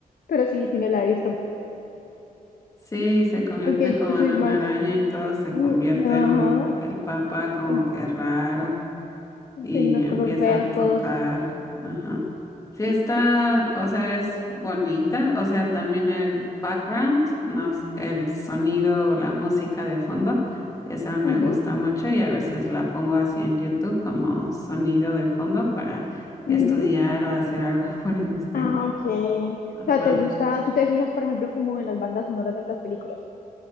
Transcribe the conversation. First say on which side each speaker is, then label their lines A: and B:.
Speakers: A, on the left; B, on the left.
A: Pero sí, sí me la he visto.
B: Sí, se convierte
A: Aunque
B: como
A: yo soy
B: en una
A: más,
B: araña y todo se
A: mm,
B: convierte
A: ajá,
B: en el papá como
A: en,
B: que raro y
A: en las
B: empieza
A: cosas feas,
B: a tocar.
A: todos.
B: Ajá. Sí está, o sea, es bonita, o sea, también el background, no, s- el sonido, la música de fondo, esa me
A: Ujú,
B: gusta mucho y a veces la pongo así en YouTube como sonido de fondo para estudiar
A: ujú.
B: o hacer algo <laughs> por el estilo.
A: Ah, ok. O
B: Ajá.
A: sea, ¿te gusta, tú te fijas, por ejemplo, como en las bandas sonoras de las películas?